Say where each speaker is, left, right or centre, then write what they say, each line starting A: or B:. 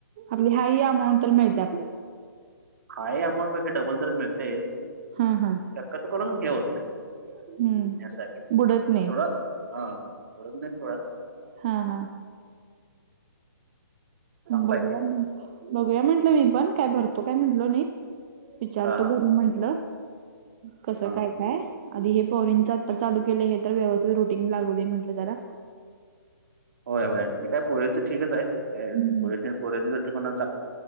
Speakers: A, on the right (about 25°); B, on the right (about 50°).
A: आपली हाई अमाऊंट तर मिळते आपल्याला.
B: हाय अमाऊंट पेक्षा डबल तर मिळते
A: हा हा
B: शक्यत करून हे होत नाही.
A: हम्म
B: यासाठी
A: बुडत
B: का
A: नाही
B: थोडा हा बोलून नाही थोडा.
A: हा हा.
B: चांगला
A: बघूया
B: आहे ते पण.
A: म्ह बघूया म्हटलं मी पण काय भरतो काय म्हटलो नाही. विचारतो
B: हा हा
A: घरी म्हंटल कसं
B: हा
A: काय काय. आधी हे पोरीच आता चालू केलय हे तर व्यवस्थित रुटीन लागू दे म्हटलं जरा.
B: होय होय ते काय पोरिंच ठीक च आहे काय
A: हम्म.
B: ऊगचच पोरिंच्यात कुणाच